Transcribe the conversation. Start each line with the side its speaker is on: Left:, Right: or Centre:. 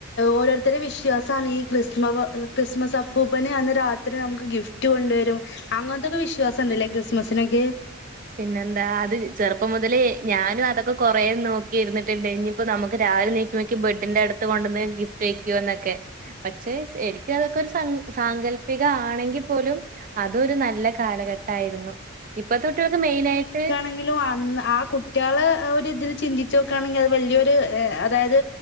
Left: ഓരോരുത്തടെ വിശ്വാസമാണ് ഈ ക്രിസ്മ ക്രിസ്മസ് അപ് അപ്പൂപ്പനെ അന്ന് രാത്രി നമുക്ക് ഗിഫ്റ്റ് കൊണ്ടുവരും അങ്ങനത്തൊക്കെ വിശ്വാസണ്ടല്ലേ ക്രിസ്മസിനൊക്കെ
Right: പിന്നെന്താ അത് ചെറുപ്പം മുതലേ ഞാനും അതൊക്കെ കൊറേന്ന് നോക്കിയിരിട്ടുണ്ട് ഇനിയിപ്പോ നമുക്ക് രാവിലെ നി <unintelligible> ബെഡിന്റെ അടു കൊണ്ടന്ന് ഗിഫ്റ്റ് വയ്ക്കുന്നൊക്കെ പക്ഷെ ശരിക്കും അതൊക്കെ ഒരു സങ്ക സാങ്കല്പിക ആണെങ്കിൽ പോലും അതൊരു നല്ല കാലഘട്ടമായിരുന്നു ഇപ്പത്തെക്കുട്ടികൾക്ക് മെയിനായിട്ട്
Left: ആണെങ്കിലും അന്ന് ആഹ് കുട്ടികളെ ഒരു ഇതിൽ ചിന്തിച്ചു നോക്കയാണെങ്കിൽ അത് വലിയൊരു അതായത്